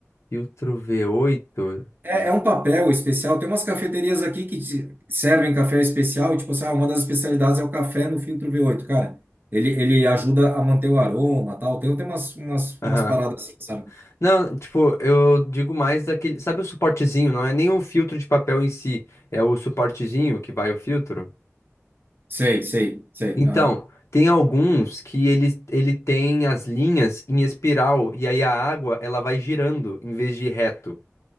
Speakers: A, on the left; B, on the right.
A: filtro v oito,
B: É, é um papel especial. Tem umas cafeterias aqui que te- servem café especial, tipo assim, ah, uma das especialidades é o café no filtro V8, cara. Ele, ele ajuda a manter o aroma, tal. Tem, tem umas, umas,
A: Aham.
B: umas paradas assim, sabe?
A: Não, tipo, eu digo mais daquele. Sabe o suportezinho? Não é nem o filtro de papel em si, é o suportezinho que vai o filtro.
B: Sei, sei, sei.
A: Então,
B: Aham.
A: tem alguns que ele, ele tem as linhas em espiral, e aí a água ela vai girando em vez de reto.